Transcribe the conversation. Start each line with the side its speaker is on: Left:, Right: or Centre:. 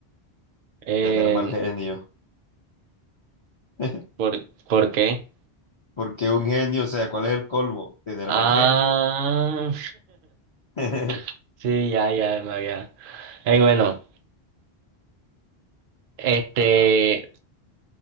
Right: Eh,
Left: Tener mal genio. <laughs>
Right: ¿por, por qué?
Left: Porque un genio, o sea, ¿cuál es el colmo? Tener
Right: Ah,
Left: mal genio. <laughs>
Right: <laughs> sí, ya, ya, me había. Ey, bueno, este.
Left: Ajá.